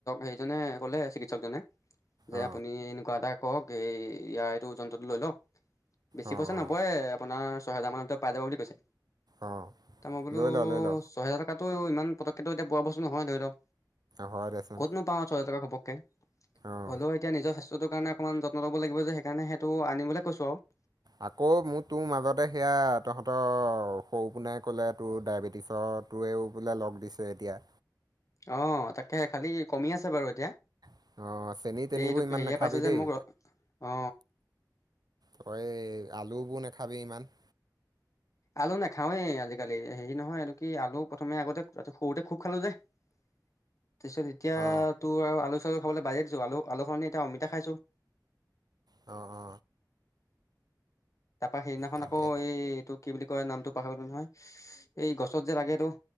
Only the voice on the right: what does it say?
অ
অ অ
অ
লৈ ল লৈ ল
হয় দেচোন
অ
আকৌ মোৰ তোৰ মাজতে সেয়া তহঁতৰ সৰুপোনাই ক'লে তোৰ ডায়েবেটিছৰ টোৱেও বোলে লগ দিছে এতিয়া।
অ চেনি তেনিবোৰ
ইমান
নাখাবি
দেই
তই আলুবোৰ নাখাবি ইমান।
অ
অ, অ,
তাকে